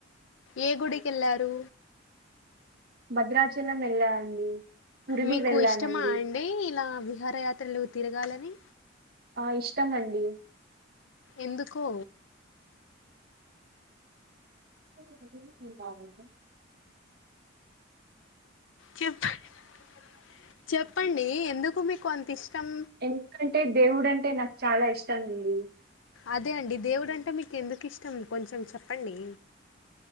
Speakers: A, on the left; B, on the right.
A: ఏ గుడికెళ్ళారు.
B: భద్రాచలం వెళ్ళా అండి. పురివి
A: మీకు
B: వెళ్ళానండి
A: ఇష్టమా అండి ఇలా విహారయాత్రలు తిరగాలని.
B: ఆ ఇష్టం అండి.
A: ఎందుకూ
B: <unintelligible> బాగుంటే
A: చెప్పా <unintelligible> చెప్పండి ఎందుకు మీకు అంత ఇష్టం.
B: ఎందుకంటే దేవుడు అంటే నాకు చాలా ఇష్టంగుంది.
A: అదే అండి దేవుడంటే మీకు ఎందుకు ఇష్టం కొంచెం చెప్పండి.